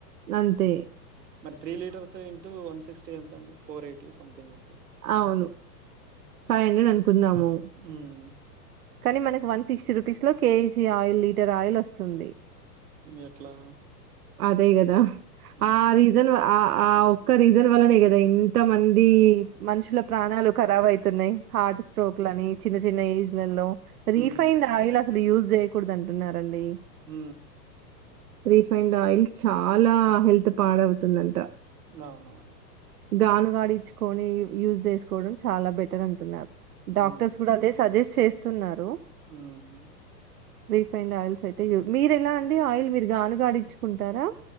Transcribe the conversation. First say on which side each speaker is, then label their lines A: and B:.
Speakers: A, on the right; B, on the right.
A: అంతే
B: మరి three litres into one sixty ఎంత అండి ఫోర్ ఎయిటీ సంథింగ్ ఉంది
A: అవును ఫైవ్ హండ్రెడ్ అనుకుందాము
B: ఉమ్,
A: కానీ మనకి వన్ సిక్స్టీ రూపీస్ లో కేజీ ఆయిల్ లీటర్ ఆయిల్ వస్తుంది
B: ఎట్లా
A: అదే కదా
B: ఉమ్,
A: ఆ రీజన్ ఆ ఆ ఒక్క రీజన్ వలనే కదా ఇంత మంది మనుషుల ప్రాణాలు ఖరాబ అవుతున్నాయి హార్ట్ స్ట్రోక్ లని చిన్న చిన్న ఏజ్లలో రిఫైన్డ్
B: ఉమ్,
A: ఆయిల్ అసలు యూజ్ చేయకూడదు అంటున్నారండి
B: హ
A: రిఫైండ్ ఆయిల్ చాలా హెల్త్ పాడవుతుందంట
B: అవునవును
A: గాను గాడి ఇచ్చుకొని యూజ్ చేసుకోవడం చాలా బెటర్ అంటున్నారు డాక్టర్స్
B: ఉమ్,
A: కూడా అదే సజెస్ట్ చేస్తున్నారు
B: ఉమ్.
A: రి అ మీరు ఎలా అండి ఆయిల్ మీరు గానుగాడించుకుంటారా